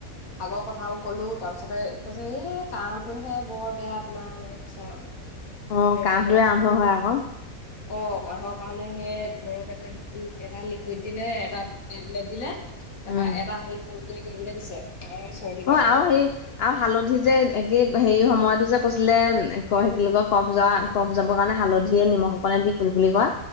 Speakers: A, on the left; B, on the left.
A: আগৰ কথাও ক'লো, তাপিছতে কৈছে এই কাঁহটোহে বৰ বেয়া তোমাৰ এনেকে কৈছে আৰু।
B: অ',
A: এ
B: কাহঁটোয়ে
A: তাৰপৰা
B: আৰম্ভ হয় আক'।
A: অ', কাহঁৰ কাৰণে হেই দ্ৰৱ এটা-এটা লিকুইড দিলে এটা টেবলেট দিলে। তাৰপা
B: উম
A: এটা হেই কুলকুলি কৰিবলৈ দিছে। কাহৰ চৰ্দিৰ
B: অ',
A: কাৰণে
B: আৰু হেই আৰু হালধি যে একে হেই হয় মইতো যে কৈছিলে হেই কি বুলি কয় কফ যয়া কফ যাবৰ কাৰণে হালধিয়ে নিমখ অকণনে দি কুলকুলি কৰা।